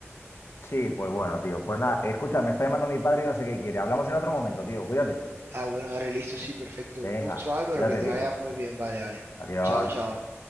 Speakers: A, on the left (about 65°); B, on the right (about 55°).
A: Sí, pues bueno, tío. Pues nada, escucha, me está llamando mi padre y no sé qué quiere. Hablamos en otro momento, tío. Cuídate.
B: Ah, bueno, dale, listo, sí, perfecto.
A: Venga,
B: Un gusto, Álvaro,
A: cuídate,
B: que te
A: tío.
B: vaya muy
A: Ade-
B: bien, vale, vale.
A: Adiós.
B: Chao, chao.